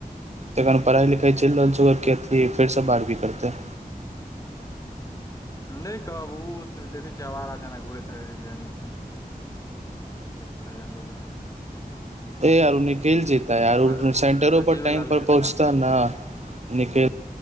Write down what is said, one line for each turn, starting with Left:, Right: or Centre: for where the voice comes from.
Right: तऽ खन पढ़ाइ लिखाइ चलि रहल छै ओकरर अी फेरसँ बारबी करतै
Left: नहि कहब ओ देखै छै आरा जना घ बिसने पुरै अगरोर
Right: यारू निखिल जीता है यार
Left: अ-
Right: सेंटरो
Left: अजीबे
Right: पर टाइम
Left: लाल
Right: पर
Left: के
Right: पहुँच नाम निखेल।